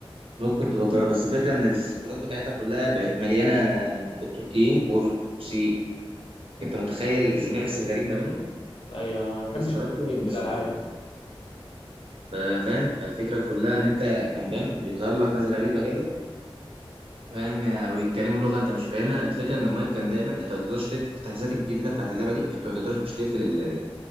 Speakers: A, on the right; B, on the left.
A: ممكن تبقى تجربها بس الفكرة ان السيرفرات بتاعتها كلها بقت مليانة بالتركيين والروسيين انت متخيل الميكس الغريب ما بينهم
B: ايوه أنا ما بحبش
A: ناس تراكوة
B: التركيين
A: وناس
B: في الالعاب
A: روسية
B: اصلا
A: ف- فاهم فالفكرة كلها ان انت كان فاهم بيظهر لك ناس غريبة كده فاهم يا- ويتكلموا لغه انت مش فاهمها الفكره ان المايك كان دايما انت ما تقدرش تقفل في التحديثات الجديده بتاعت اللعبه دي انت ما تقدرش تقفل ال-